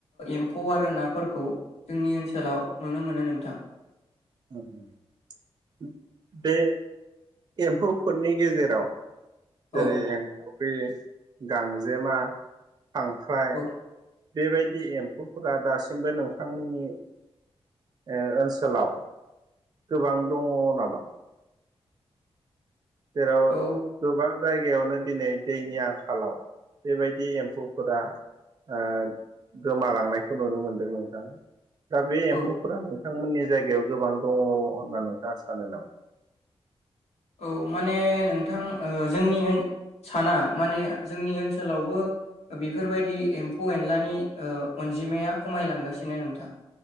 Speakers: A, on the left; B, on the right.
A: एम्फौ आरो नाफोरखौ जोंनि ओनसोलाव नुनो मोनो नोंथां।
B: <unintelligible> बे एम्फौफोरनि गेजेराव
A: औ
B: जेरै ए फुख्रि गांजेमा खांख्राय
A: औ
B: बेबायदि एम्फौफोरा दासिमबो नोंथांमोननि ओ ओनसोलाव गोबां दङ नामा? <inaudible> जेराव
A: औ
B: गोबां जायगायावनो दिनै दैनि आंखालाव बेबायदि एम्फौफोरा ओ गोमालांनायखौ नुनो मोनदों नोंथां। दा बे
A: औ
B: एमफौफोरानो बिथांमोननि जायगायाव गोबां दङ होनना नोंथाङा सानो नामा?
A: औ माने नोंथां ओ जोंनि साना माने जोंनि ओनसोलावबो बेफोरबायदि एम्फौ एनलानि ओ अनजिमाया खमायलांगासिनो नोंथां